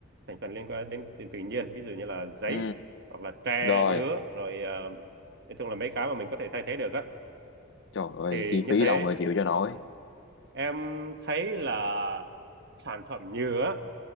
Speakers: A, on the right (about 50°); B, on the left (about 55°).
A: thành phần liên quan đến, đến tự nhiên ví dụ như là giấy
B: ừ
A: hoặc là tre
B: rồi
A: nứa rồi ờ, nói chung là mấy cái mà mình có thể thay thế được á
B: trời ơi
A: thì
B: chi
A: như
B: phí
A: thế
B: đâu mà chịu cho nổi
A: em thấy là sản phẩm nhựa